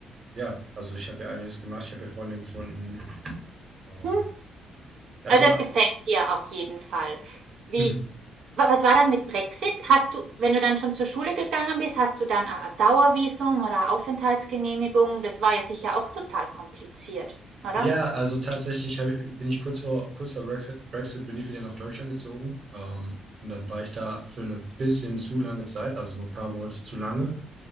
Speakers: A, on the right; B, on the right.
A: ja, also ich habe hier einiges gemacht. Ich habe hier Freunde gefunden. Ähm,
B: Hm.
A: Also,
B: Also es
A: ah,
B: gefällt dir auf jeden Fall. Wie,
A: mhm.
B: wa- was war dann mit Brexit? Hast du, wenn du dann schon zur Schule gegangen bist, hast du dann ein Dauervisum oder Aufenthaltsgenehmigung? Das war ja sicher auch total kompliziert, oder?
A: ja, also tatsächlich hab, bin ich kurz vor, kurz vor Brexit, Brexit bin ich wieder nach Deutschland gezogen. Ähm, und dann war ich da für eine bisschen zu lange Zeit, also nur ein paar Monate zu lange.